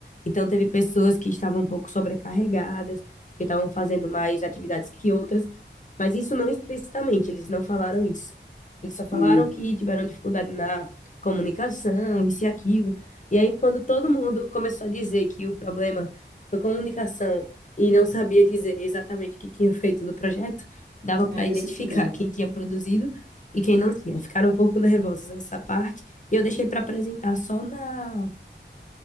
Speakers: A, on the left (about 40°); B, on the right (about 60°).
A: então teve pessoas que estavam um pouco sobrecarregadas, porque estavam fazendo mais atividades que outras, mas isso não explicitamente, eles não falaram isso. Eles só falaram
B: hum.
A: que tiveram dificuldade na comunicação, isso e aquilo. E aí, quando todo mundo começou a dizer que o problema foi comunicação e não sabia dizer exatamente o que tinha feito do projeto, dava para
B: Aí você
A: identificar
B: pegava.
A: quem tinha produzido e quem não tinha. Ficaram um pouco nervosos nessa parte e eu deixei para apresentar só na